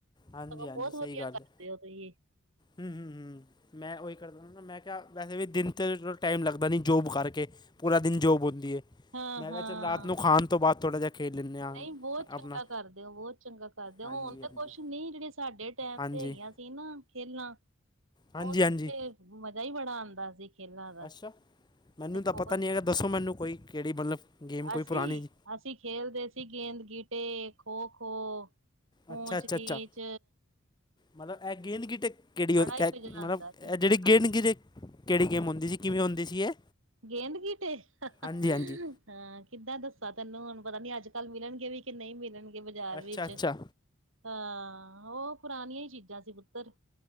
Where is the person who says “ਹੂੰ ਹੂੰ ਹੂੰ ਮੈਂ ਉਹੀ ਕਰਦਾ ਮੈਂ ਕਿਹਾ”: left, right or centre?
Left